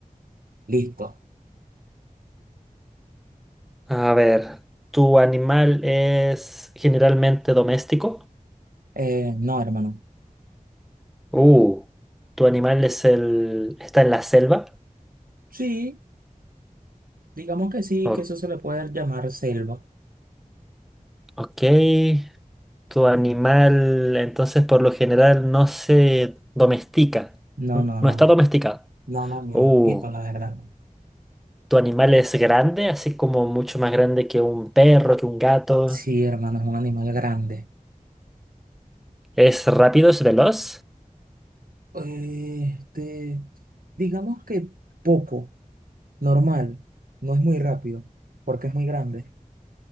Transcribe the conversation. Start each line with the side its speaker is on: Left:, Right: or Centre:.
Right: listo.
Centre: A ver, ¿tu animal es generalmente doméstico?
Right: Eh, no, hermano.
Centre: Uh, ¿tu animal es el... está en la selva?
Right: Sí, digamos que sí,
Centre: O-
Right: que eso se le puede llamar selva.
Centre: ok. ¿Tu animal entonces por lo general no se domestica?
Right: No,
Centre: n-
Right: no,
Centre: No
Right: no.
Centre: está domesticado.
Right: No, no, ni
Centre: Uh,
Right: un poquito, la verdad.
Centre: ¿tu animal es grande? Así como mucho más grande que un perro, que un gato.
Right: Sí, hermano, es un animal grande.
Centre: ¿Es rápido, es veloz?
Right: Este, digamos que poco, normal, no es muy rápido, porque es muy grande.